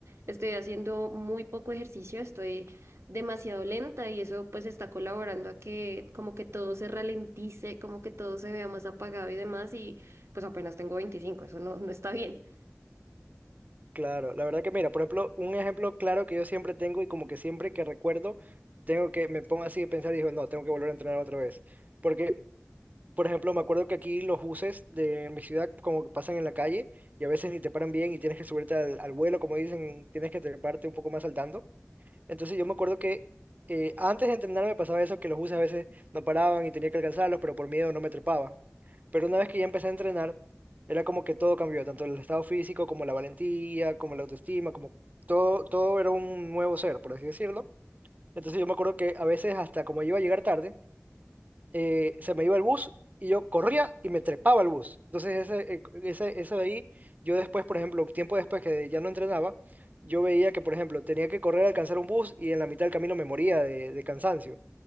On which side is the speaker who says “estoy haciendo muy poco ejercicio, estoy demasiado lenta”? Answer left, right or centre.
Right